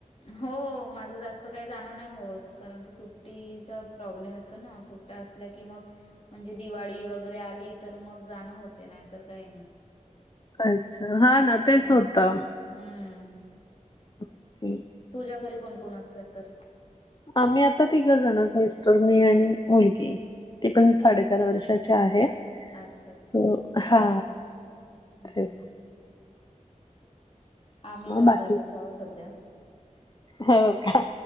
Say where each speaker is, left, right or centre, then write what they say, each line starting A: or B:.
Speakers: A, on the left; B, on the left.
A: हो माझं जास्त काही जाणं नाही होत कारण की सुट्टीचा प्रॉब्लेम येतो ना सुट त्या असल्याकी मग म्हणजे दिवाडी वगैरे आली तर मग जाणं होते नाही तर काही नाही.
B: अच्छा हा ना तेच
A: हा
B: होतं.
A: हम्म.
B: ओके.
A: तुझ्या घरी कोणकोण असतात तर?
B: आम्ही आता तिघं जणच मिस्टर, मी आणि मुलगी. ती पण साडेचार
A: अच्छा.
B: वर्षाची आहे
A: अच्छा
B: सो हा.
A: हम्
B: ते
A: हम्. आम्ही
B: मग
A: तर
B: बाकी
A: दोघेच आहो सध्या.
B: हो का